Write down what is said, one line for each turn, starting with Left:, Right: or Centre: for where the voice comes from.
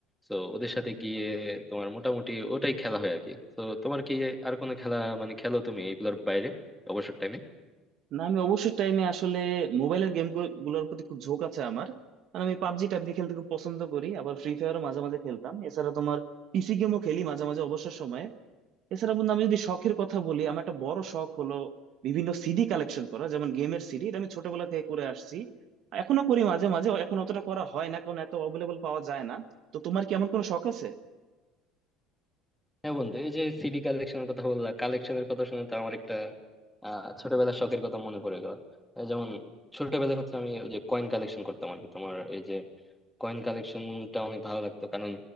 Centre: তো ওদের সাথে গিয়ে তোমার মোটামুটি ওটাই খেলা হয় আর কি তো তোমার কি আর কোনো খেলা মানে খেলো তুমি এগুলোর বাইরে অবসর টাইমে
Right: না আমি অবসর টাইমে আসলে মোবাইলের গেম গুলোর প্রতি খুব ঝোঁক আছে আমার মানে আমি পাবজি টাবজি খেলতে খুব পছন্দ করি আবার ফ্রি ফায়ারও মাঝে মাঝে খেলতাম এছাড়া তোমার পিসি গেমও খেলি মাঝে মাঝে অবসর সময়ে এছাড়া বন্ধু আমি যদি শখের কথা বলি আমার একটা বড় শখ হলো বিভিন্ন সিডি কালেকশন করা যেমন গেমের সিডি এটা আমি ছোটবেলা থেকে করে আসছি এখনো করি মাঝে মাঝে এখন অতটা করা হয় না কারণ এত অ্যাভেলেবল পাওয়া যায় না তো তোমার কি এমন কোনো শখ আছে
Centre: হ্যাঁ বন্ধু এই যে সিডি কালেকশনের কথা বললা কালেকশনের কথা শুনে তো আমার একটা আহ ছোটবেলার শখের কথা মনে পড়ে গেল আহ, যেমন ছোটবেলায় হচ্ছে আমি ওই যে কয়েন কালেকশন করতাম আর কি তোমার এই যে কয়েন কালেকশনটা অনেক ভালো লাগতো কারণ